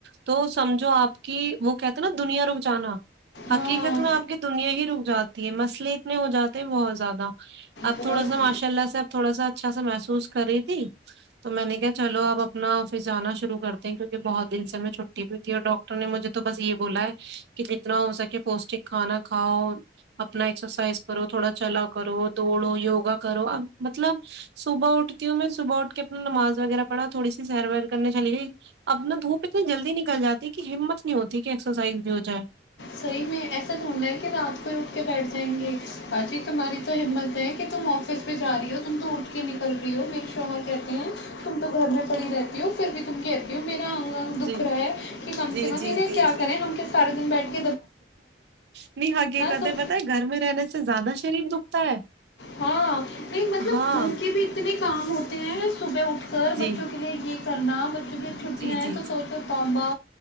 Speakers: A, on the right; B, on the left.
A: تو سمجھو آپ کی وہ کہتے نا دنیا رک جانا حقیقت
B: ہاں
A: میں آپ کی دنیا ہی رک جاتی مسلے اتنے ہو جاتے بہت زیادہ اب
B: بہت
A: تھوڑا سا ماشاء اللہ سے اپ تھوڑا سا اچھا س محسوس کری ت تو میں نے کیا چلو اب اپنا پھر جانا شروع کرتے ہیں کیونکہ بہت دل سے میں چھٹی بھی تھی اور ڈاکٹر نے مجھے تو بس یہ بولا ہے کہ جتنا ہو سکے پوشٹک کھانا کھاؤ اپنا ایکسرسائز کرو تھوڑا چلا کرو دوڑو یوگا کرو اب مطلب صبح اٹھتی ہوں میں صبح اٹھ کے اپنا نماز وغیرہ پڑا تھوڑی سی سیر ویر کرنے چلی گئی ا اپنا دھوپ اتنی جلدی نکل جاتی ہے کہ ہمت نہیں ہوتی کہ ایکسرسائز بھی ہو جائے
B: صحی میں ایسا ڈھونڈا ہے کہ رات کو ہی اٹھ کے بیٹھ ج جائیں گے با جی تمہاری تو ہمت ہے کہ تم آفس میں جا رہی ہو تم تو اٹھ کے نکل رہی ہو میرے شوہر کہتے ہیں تم تو گھر میں پڑی رہتی ہ پھر بھی تم کہتی ہو میرا دکھ
A: جی
B: رہا ہے کہ کم
A: جی
B: سے کم
A: جی
B: انہیں
A: جی
B: کیا
A: جی
B: کریں ہم کے سارے دن بیٹھے
A: نہیں آگے کہتے
B: تم
A: بت گھر میں رہنے سے زیادہ شریر دکھتا ہے
B: ہاں نہیں مطلب
A: ہاں
B: گھر کے بھی اتنے کام ہوتے ہیں صبح اٹھ کر بچوں
A: جی
B: کے لیے یہ سر نام کیونکہ چھٹیاں
A: جی
B: ہیں
A: جی
B: تو
A: جی
B: سوچوتا ب